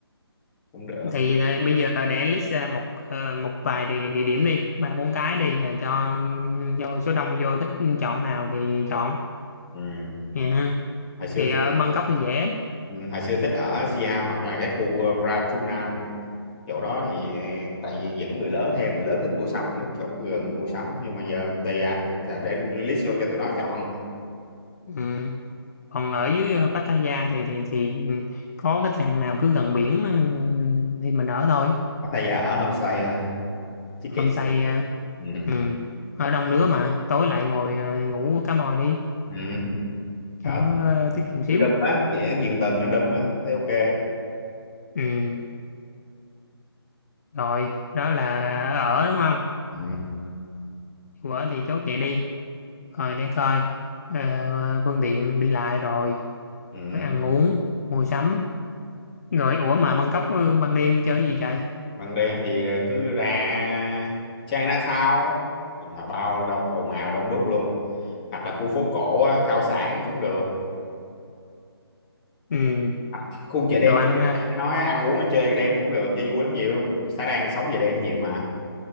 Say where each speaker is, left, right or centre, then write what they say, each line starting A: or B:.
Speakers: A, on the left; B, on the left.
A: cũng được
B: thì ờ, bây giờ để list ra một ờ, một vài địa, địa điểm đi ba bốn cái đi rồi cho cho số đông vô thích chọn nào thì chọn
A: ừ.
B: Dạ ha.
A: hồi xưa
B: thì ở
A: thích
B: Bangkok thì dễ
A: ừ, hồi xưa thích ở Siam hoặc là cái khu ờ, Ratunan á. chỗ đó thì ờ, tại vì dẫn người lớn theo người lớn thích mua sắm chỗ gần mua sắm nhưng mà giờ Pattaya để list vô cho tụi nó chọn
B: ừ. còn ở dưới ờ, Pattaya thì thì thì ừ, có khách sạn nào cứ gần biển ờ, thì mình ở thôi
A: Pattaya ở homestay thôi tiết
B: hôm
A: kiệm
B: say ờ,
A: ừ.
B: ừ ở đông đứa mà tối lại ngồi ờ, ngủ cá mòi đi
A: Ừ.
B: cho
A: ở
B: nó ờ, tiết kiệm xíu
A: ở Đâm á kẻ giường tầng ở Đâm á thấy ok
B: ừ rồi đó là ở đúng không
A: ừ.
B: Dù ở thì chốt vậy đi rồi để coi ờ, phương tiện đi lại rồi
A: Ừ.
B: rồi ăn uống mua sắm rồi ủa mà Bangkok ờ, ban đêm chơi gì vậy
A: ban đêm thì ờ, cứ ra Chinatown là bao đông ồn ào đông đúc luôn hoặc là khu phố cổ á, khao sản cũng được
B: ừ
A: Hoặc khu chợ đêm
B: đồ ăn à.
A: nói ăn uống là chơi đêm cũng được chơi vui lắm nhiều lắm xã đang sống về đêm nhiều mà